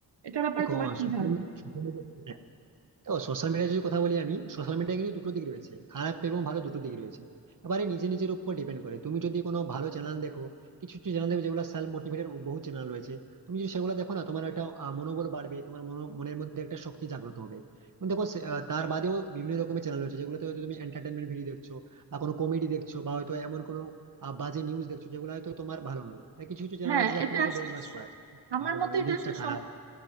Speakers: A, on the right (about 80°); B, on the right (about 50°).
A: এটার ব্যাপারে
B: দেখো
A: তোমার
B: আহ,
A: কি
B: social
A: ধারণা
B: media- ও সোশ্যাল মিডিয়া যদি কথা বলি আমি সোশ্যাল মিডিয়া কিন্তু দুটো দিক রয়েছে খারাপ এবং ভালো দুটো দিক রয়েছে এবারে নিজে নিজের উপর ডিপেন্ড করে তুমি যদি কোনো ভালো চ্যানেল দেখো কিছু কিছু চ্যানেল দেখবে যেগুলো সেলফ মোটিভেটেড বহু চ্যানেল রয়েছে তুমি যদি সেগুলো দেখো না তোমার একটা আহ, মনোবল বাড়বে তোমার মনো- মনের মধ্যে একটা শক্তি জাগ্রত হবে কিন্তু দেখো সে- আহ, তার বাদেও বিভিন্ন রকমের চ্যানেল রয়েছে যেগুলোতে হয়তো তুমি এন্টারটেনমেন্ট ভিডিও দেখছো বা কোনো কমেডি দেখছো বা হয়তো এমন কোনো আহ, বাজে নিউজ দেখছো যেগুলো হয়তো তোমার ভালো নয় আর কিছু কিছু চ্যানেল
A: হ্যাঁ
B: আছে যারা
A: এটা
B: তোমাকে
A: আসলে
B: ব্রেন ওয়াশ
A: স-
B: করাচ্ছে
A: আমার
B: ভালো
A: মতে
B: নয়
A: এটা
B: জিনিসটা
A: আসলে
B: খারাপ
A: সম্পূর্ণ